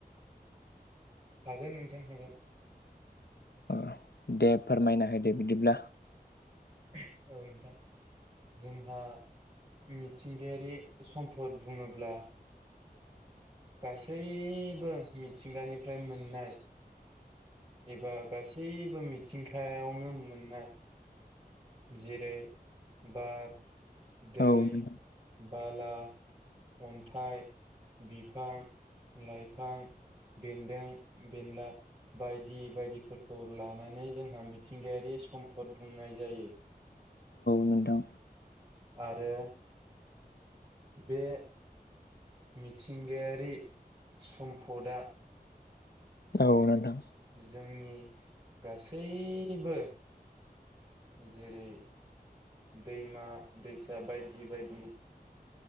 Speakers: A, on the right (about 30°); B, on the left (about 85°).
A: हागोन नोंथां हागोन।
B: अ दे फोरमायना हो दे बिदिब्ला
A: औ नोंथां जोंहा मिथिंगायारि सम्पद बुङोब्ला गासैबो मिथिंगानिफ्राय मोननाय एबा गासैबो मिथिंगायावनो मोननाय जेरै बार दै
B: औ
A: बाला, अन्थाइ, बिफां, लाइफां, बेन्दों बेनला बायदि बायदिफोरखौ लानानै जोंहा मिथिंगायारि सम्फद बुंनाय जायो।
B: नोंथां
A: आरो बे मिथिंगायारि सम्पदआ
B: औ नोंथां
A: जोंनि गासैबो जेरै दैमा दैसा बायदि बायदि